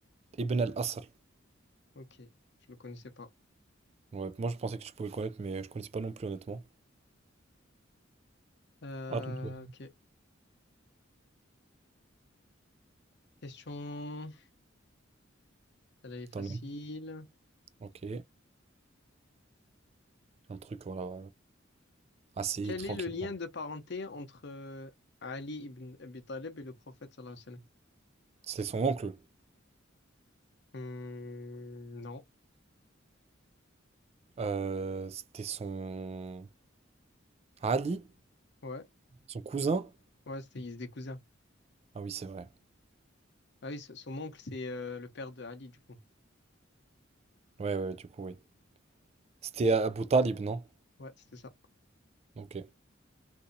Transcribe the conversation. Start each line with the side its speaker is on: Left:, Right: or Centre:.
Right: ibn al-Asr.
Left: ok. Je le connaissais pas.
Right: Ouais, moi, je pensais que tu pouvais le connaître, mais je connaissais pas non plus, honnêtement.
Left: Euh,
Right: À ton tour.
Left: ok. Question. Elle est facile.
Right: T'en as un. Ok. Un truc, voilà, assez
Left: Quel
Right: tranquille.
Left: est le lien de parenté entre euh, Ali ibn Abi Talib et le prophète sallallahu alayhi wa
Right: C'est son oncle.
Left: sallam? Hmm, non.
Right: Euh, c'était son... Ali?
Left: Ouais.
Right: Son cousin?
Left: Ouais, c'était, ils étaient des cousins.
Right: Ah oui, c'est vrai.
Left: Ah oui, son son oncle, c'est euh, le père de Ali, du coup.
Right: Ouais, ouais, ouais, du coup, oui. C'était Abu Talib, non?
Left: Ouais, c'était ça.
Right: Ok.